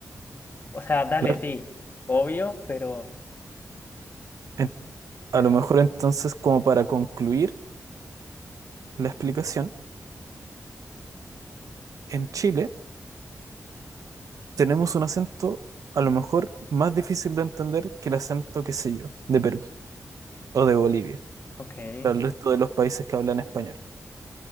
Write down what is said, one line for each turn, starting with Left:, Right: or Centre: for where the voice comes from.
Left: O sea, dale,
Right: claro,
Left: sí, obvio, pero,
Right: en-
Left: pero,
Right: a lo mejor entonces, como para concluir la explicación, en Chile tenemos un acento a lo mejor más difícil de entender que el acento, qué sé yo, de Perú o de Bolivia,
Left: ok.
Right: para el resto de los países que hablan español.